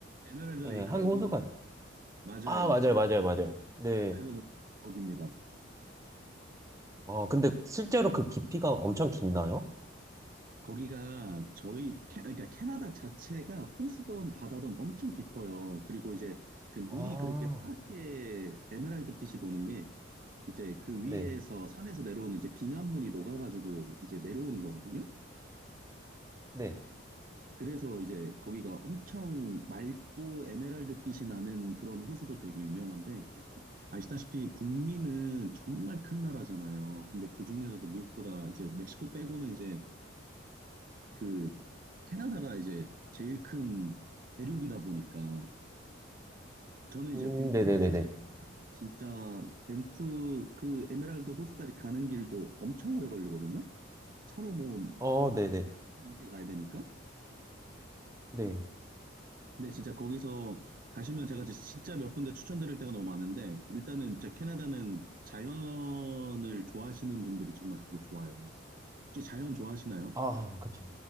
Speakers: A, on the right; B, on the right.
A: 에메랄드 레이크라고
B: 예, 한 호수가,
A: 맞아요.
B: 아, 맞아요,
A: 그
B: 맞아요, 맞아요. 네.
A: 그래서 거기입니다.
B: 아 근데 실제로 그 깊이가 엄청 깊나요?
A: 거기가 저희 캐- 그러니까 캐나다 자체가 호수든 바다든 엄청 깊어요. 그리고 이제 그 물이
B: 아,
A: 그렇게 파랗게 에메랄드 빛이 도는 게 이제 그
B: 네,
A: 위에서 네. 산에서 내려오는 이제 빙하물이 녹아가지고 이제 내려오는 거거든요.
B: 네.
A: 그래서 이제 거기가 엄청 맑고 에메랄드 빛이 나는 그런 호수로 되게 유명한데 아시다시피 북미는 정말 큰 나라잖아요. 근데 그 중에서도 미국보다 이제 멕시코 빼고는 이제 그 캐나다가 이제 제일 큰 대륙이다 보니까 저는 이제
B: 음,
A: 밴쿠버에
B: 네네네네.
A: 사는 진짜 밴프 그 에메랄드 호수까지 가는 길도 엄청 오래 걸리거든요. 차로 뭐
B: 어, 네네.
A: 넘게 가야 되니까.
B: 네.
A: 근데 진짜 거기서 가시면 제가 진짜 몇 군데 추천드릴 데가 너무 많은데 일단은 진짜 캐나다는 자연을 좋아하시는 분들이 정말 가기 좋아요. 혹시 자연 좋아하시나요?
B: 아, 그쵸.